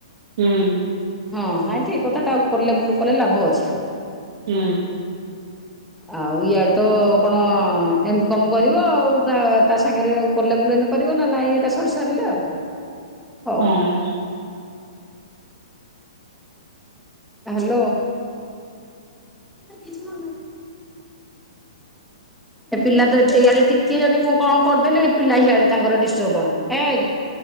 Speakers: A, on the right; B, in the centre.
A: ହୁଁ
B: ହଁ ନାଇଁ ଠିକ୍ କଥା। ତା ଉପର ଲେବୁଲ କଲେ ଲାଭ ଅଛି।
A: ହୁଁ।
B: ଆଉ ଇଆଡଡେ ତ କଣ ଏମ କମ୍ କରିବ ଆଉ। ଯା ତା ସାଙ୍ଗେରେ ଉପର ଲେବୁଲ ଏଇନେ କରିବ ନା ନାଇଁ ଏଟା ସରି ସାରିଲେ ଆଉ? ହଉ
A: ହଁ।
B: ହାଲୋ। ନମସ୍କାର। ଏ ପିଲା ତ ଯେ ଏଇଆଡ଼େ ଟିକେ ଯଦି ମୁଁ କଣ କରଦେଲି ପିଲା ହିଆଡ଼େ ତାଙ୍କର ଡିଷ୍ଟର୍ବ ହେଇ